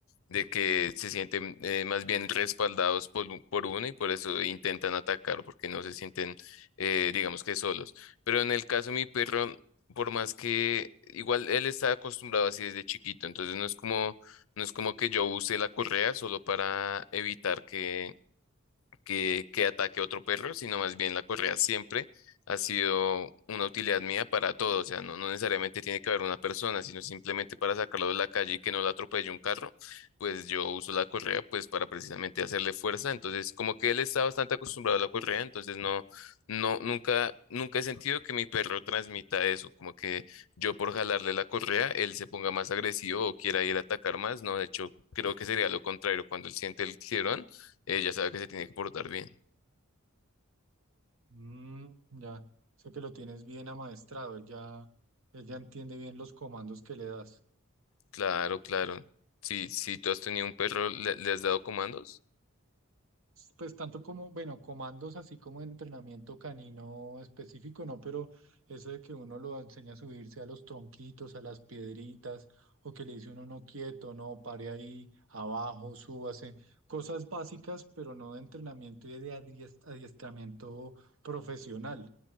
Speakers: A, on the left; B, on the right.
A: de que se sienten eh, más bien respaldados por, u- por uno y por eso intentan atacar porque no se sienten, eh, digamos que solos. Pero en el caso de mi perro, por más que igual él está acostumbrado así desde chiquito, entonces no es como, no es como que yo use la correa solo para evitar que que, que ataque a otro perro, sino más bien la correa siempre ha sido una utilidad mía para todo. O sea, no, no necesariamente tiene que haber una persona, sino simplemente para sacarlo de la calle y que no lo atropelle un carro, pues yo uso la correa pues para precisamente hacerle fuerza. Entonces, como que él está bastante acostumbrado a la correa, entonces no, no, nunca, nunca he sentido que mi perro transmita eso, como que yo por jalarle la correa, él se ponga más agresivo o quiera ir a atacar más. No, de hecho, creo que sería lo contrario. Cuando él siente el tirón, ella sabe que se tiene que portar bien.
B: Mm, ya, sé que lo tienes bien amaestrado, él ya, él ya entiende bien los comandos que le das.
A: Claro, claro. Si, si tú has tenido un perro, ¿le, le has dado comandos?
B: Pues tanto como, bueno, comandos así como de entrenamiento canino específico, no, pero eso de que uno lo enseña a subirse a los tronquitos, a las piedritas, o que le dice uno no quieto, no, pare ahí, abajo, súbase, cosas básicas, pero no de entrenamiento y de adies- adiestramiento profesional